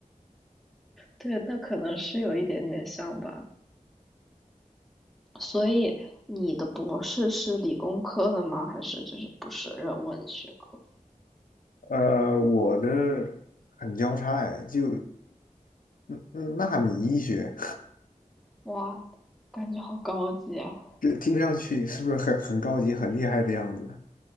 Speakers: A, in the centre; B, on the left.
A: 对，那可能是有一点点像吧。所以你的博士是理工科的吗？还是就是不是人文学科？
B: 呃，我的很交叉哎，就嗯嗯纳米医学，
A: 哇，感觉好高级啊！
B: <laughs> 这听上去是不是很很高级、很厉害的样子？